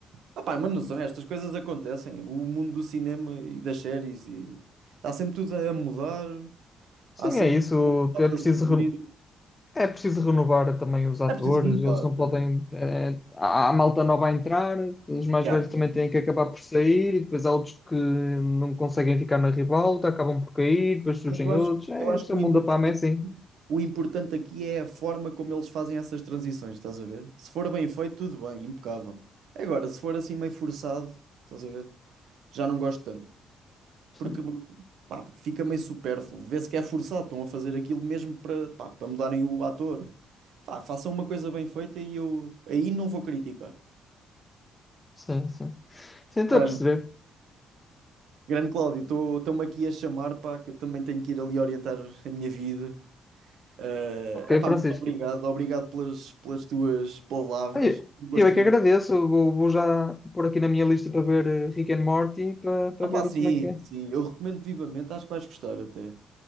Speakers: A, on the right (about 75°); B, on the left (about 20°).
A: Ah, pá, mas não são, estas coisas acontecem. O mundo do cinema e das séries e está sempre tudo a mudar,
B: Sim,
A: há sempre
B: é isso.
A: coisas
B: É preciso.
A: a surgir.
B: É preciso renovar também os atores,
A: É preciso renovar.
B: eles não
A: quer
B: podem.
A: dizer,
B: eh, há há malta nova a entrar, os mais
A: yeah.
B: velhos também têm que acabar por sair, e depois há outros que não conseguem ficar na ribalta, acabam por cair, depois surgem
A: Mas eu acho,
B: outros. É,
A: eu acho
B: este
A: que
B: é
A: o
B: o mundo
A: importante
B: da fama, é assim.
A: é O importante aqui é a forma como eles fazem essas transições, estás a ver? Se for bem feito, tudo bem, impecável. Agora, se for assim meio forçado, estás a ver? Já não gosto tanto.
B: Sim,
A: Porque pá, fica meio supérfluo. Vê-se que é forçado, estão a fazer aquilo mesmo para pá, para mudarem o ator. Pá, façam uma coisa bem feita e eu aí não vou criticar.
B: sim, sim. Sim, estou
A: Olha,
B: a perceber.
A: grande Cláudio, estou-me aqui a chamar, pá, que eu também tenho que ir ali orientar a minha vida. é
B: Ok,
A: epá,
B: Francisco.
A: muito obrigado, obrigado pelas, pelas tuas palavras.
B: Ai,
A: Gosto
B: Eu é que
A: de ver
B: agradeço, eu vou, vou já pôr aqui na minha lista para ver eh, Rick and Morty, para, para
A: Ah, pá,
B: ver
A: sim,
B: como é que é.
A: sim, eu recomendo vivamente, acho que vais gostar até.